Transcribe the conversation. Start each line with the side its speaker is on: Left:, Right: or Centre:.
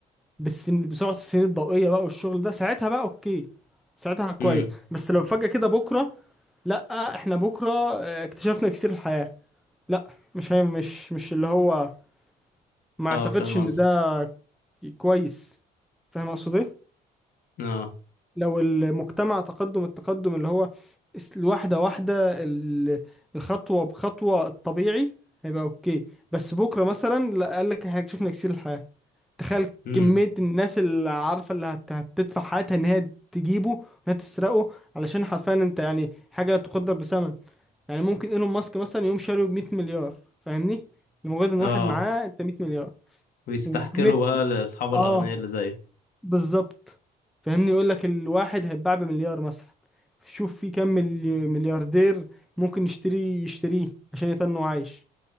Centre: بالسن... بسرعة السنين الضوئية بقى والشغل ده ساعتها بقى أوكي ساعتها كويس
Left: امم
Centre: بس لو فجأة كده بكرة لأ إحنا بكرة آه، اكتشفنا إكسير الحياة لا مش هي مش مش اللي هو ما
Left: اه
Centre: اعتقدش
Left: فاهم
Centre: ان
Left: قصدي
Centre: ده كويس فاهم اقصد ايه
Left: اه
Centre: لو المجتمع تقدم التقدم اللي هو اس- واحده واحده ال- الخطوه بخطوه الطبيعي هيبقى اوكي بس بكره مثلا لا قال لك احنا اكتشفنا كثير الحياه تخيل
Left: امم
Centre: كميه الناس اللي عارفه اللي هت- هتدفع حياتها ان هي تجيبه ان هي تسرقه علشان حرفيا انت يعني حاجه لا تقدر بثمن يعني ممكن ايلون ماسك مثلا يقوم شاريه ب 100 مليار فاهمني لمجرد ان
Left: اه
Centre: واحد معاه انت 100 مليار
Left: ويستحكروا
Centre: وكمية
Left: بقى لاصحاب الاغنياء
Centre: اه
Left: اللي زي
Centre: بالظبط فاهمني يقول لك الواحد هيتباع بمليار مثلا شوف في كم ملي- ملياردير ممكن يشتري يشتريه عشان يتنه عايش